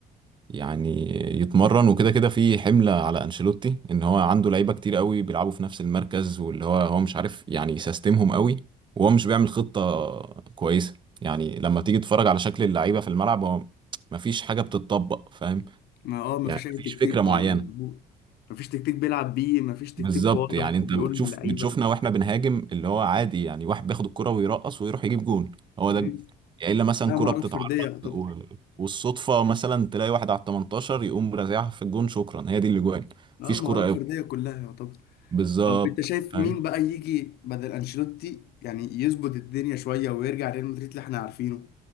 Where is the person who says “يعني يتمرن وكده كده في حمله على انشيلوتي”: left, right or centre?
Right